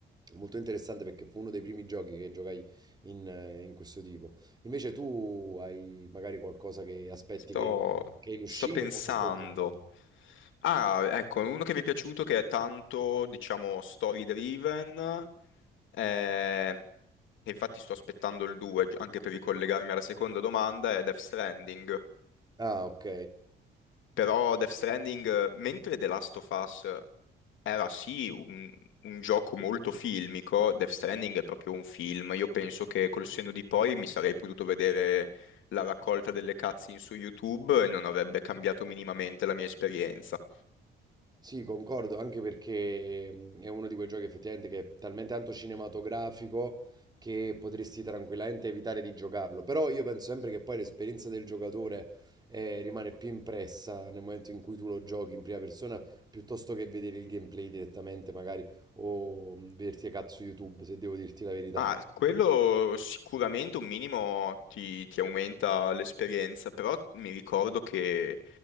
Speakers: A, on the right; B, on the left.
A: molto interessante perché fu uno dei primi giochi che giocai in, eh, in questo tipo. Invece tu hai magari qualcosa che aspetti
B: Sto,
A: che, che è in uscita
B: sto pensando.
A: o cosa stai giocando?
B: Ah, ecco, uno che mi è piaciuto che è tanto, diciamo, story driven, eh, e infatti sto aspettando il 2 anche per ricollegarmi alla seconda domanda, è Death Stranding.
A: Ah, ok.
B: Però Death Stranding, eh, mentre The Last of Us Era sì un, un gioco molto filmico, Death Stranding è proprio un film, io penso che col senno di poi mi sarei potuto vedere la raccolta delle cutscene su YouTube e non avrebbe cambiato minimamente la mia esperienza.
A: Sì, concordo, anche perché mh, è uno di quei giochi effettivamente che è talmente tanto cinematografico che potresti tranquillamente evitare di giocarlo. Però io penso sempre che poi l'esperienza del giocatore eh, rimane più impressa nel momento in cui tu lo giochi in prima persona, piuttosto che vedere il gameplay direttamente, magari, o mh, vederti a cazzo YouTube, se devo dirti la verità.
B: Ah, quello sicuramente un minimo ti, ti aumenta l'esperienza, però mi ricordo che